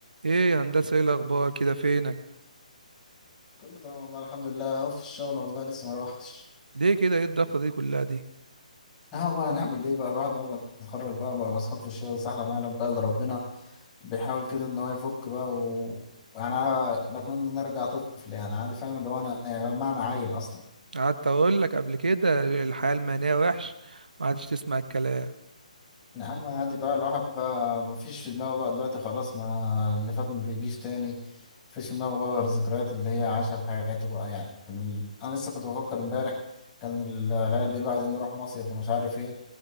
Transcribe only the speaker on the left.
كله تمام والله الحمد لله اهو في الشغل والله لسه ما روحتش
اهو بقى نعمل ايه بقى الواحد بقى ما اتخرج بقى بقى مسحوق في الشغل سحلة ما يعلم بقى الا ربنا بيحاول كده ان هو يفك بقى و يعني انا بتمنى ان أنا ارجع طفل يعني عادي فاهم اللي هو انا يعني ما انا عيل اصلا
يا عم عادي بقى الواحد بقى مفيش في دماغه بقى دلوقتي خلاص ما اللي فات ما بيجيش تاني مفيش في دماغه بقى غير الذكريات اللي هي عاشها في حياته بقى يعني ال- انا لسه كنت بفكر امبارح كان ال- العيال بيقولوا عايزين نروح مصيف ومش عارف ايه